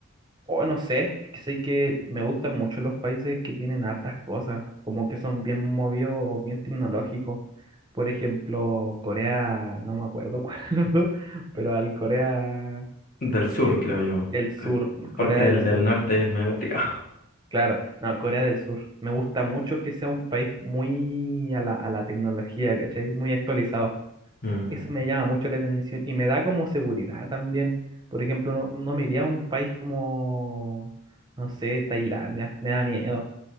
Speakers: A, on the right (about 20°); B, on the left (about 40°).
A: O no sé, es que sé que me gustan mucho los países que tienen hartas cosas, como que son bien movidos o bien tecnológicos. Por ejemplo, Corea, no me acuerdo <laughs> cuál es, los dos, pero al Corea
B: Del sur, creo yo,
A: del Sur,
B: a-
A: Corea
B: porque
A: del
B: el
A: Sur,
B: del norte es muy complicado.
A: claro, no, Corea del Sur. Me gusta mucho que sea un país muy a la, a la tecnología, ¿cachai? Muy actualizado.
B: Mm,
A: Eso me llama mucho la atención y me da como seguridad también. Por ejemplo, no, no me iría a un país como, no sé, Tailandia, me da miedo.